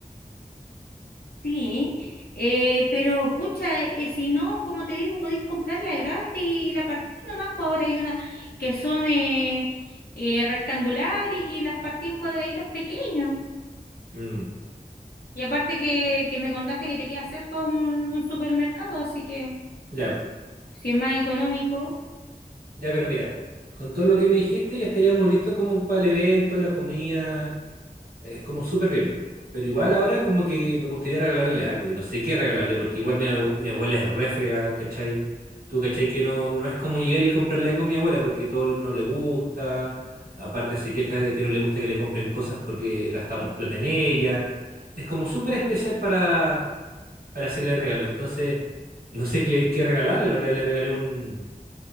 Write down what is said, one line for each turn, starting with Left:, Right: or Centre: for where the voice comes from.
Left: Sí, eh, pero pucha, eh, si no, como te digo, podéis comprar la grande y la partí nomás, pues ahora hay unas que son eh, eh, rectangular y, y las partí en cuadraditos pequeños.
Right: Mm,
Left: Y aparte que, que me contaste que te queda cerca un, un supermercado, así que
Right: ya,
Left: si es más económico,
Right: ya, pero mira, con todo lo que me dijiste ya estaríamos listos como para el evento, la comida. Es como súper bien. Pero igual ahora como que me gustaría regalarle algo. Y no sé qué regalarle, porque igual mi, abu- mi abuela es refrega, ¿cachai? Tú, ¿cachai? Que no, no es como llegar y comprarle algo a mi abuela porque todo no le gusta. Aparte se queja de que no le gusta que le compren cosas porque gastamos plata en ella. Es como súper especial para, para hacerle regalo. Entonces, no sé qué, le- qué regalarle. La otra vez le regalé un,